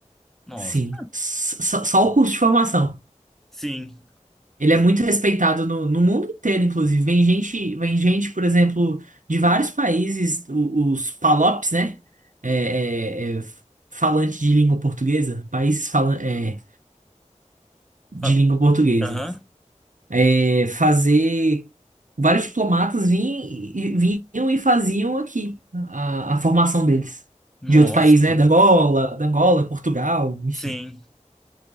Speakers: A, in the centre; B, on the right.
A: Nossa.
B: Sim, S- só, só o curso de formação.
A: Sim.
B: Ele é muito respeitado no, no mundo inteiro, inclusive. Vem gente, vem gente, por exemplo, de vários países, o- os PALOPs, né? É, é, é, falante de língua portuguesa, países falan, é, de
A: Fa-
B: língua portuguesa.
A: Aham.
B: É, fazer vários diplomatas vinham, e- vinham e faziam aqui a, a formação deles.
A: Nossa.
B: De outro país, né? Da Angola, da Angola, Portugal, enfim,
A: Sim.